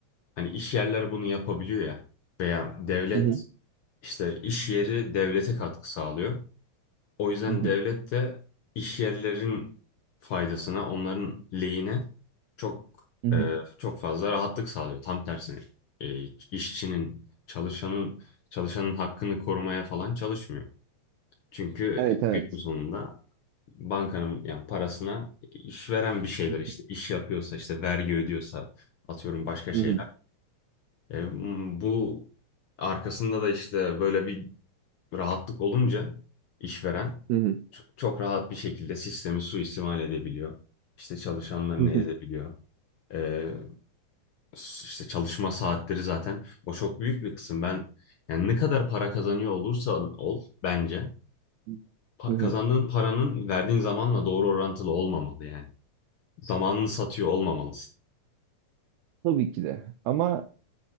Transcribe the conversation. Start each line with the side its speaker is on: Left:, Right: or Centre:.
Left: hani iş yerleri bunu yapabiliyor ya veya devlet
Right: Hı hı,
Left: işte iş yeri devlete katkı sağlıyor. O yüzden
Right: hı hı,
Left: devlet de iş yerlerin faydasına, onların lehine çok
Right: hı hı.
Left: e, çok fazla rahatlık sağlıyor. Tam tersine e, işçinin, çalışanın çalışanın hakkını korumaya falan çalışmıyor. Çünkü
Right: Evet evet.
Left: günün sonunda bankanın yani parasına işveren bir şeyler
Right: Hı
Left: işte iş yapıyorsa işte vergi ödüyorsa atıyorum başka şeyler.
Right: hı,
Left: E, bu arkasında da işte böyle bir rahatlık olunca işveren
Right: hı hı,
Left: çok, çok rahat bir şekilde sistemi suistimal edebiliyor. İşte çalışanlarını
Right: hı
Left: ezebiliyor.
Right: hı,
Left: Ee, s- işte çalışma saatleri zaten o çok büyük bir kısım. Ben yani ne kadar para kazanıyor olursa ol bence
Right: hı
Left: pa-
Right: hı, hı
Left: kazandığın
Right: hı.
Left: paranın verdiğin zamanla doğru orantılı olmamalı yani. Zamanını satıyor olmamalısın.
Right: Tabii ki de. Ama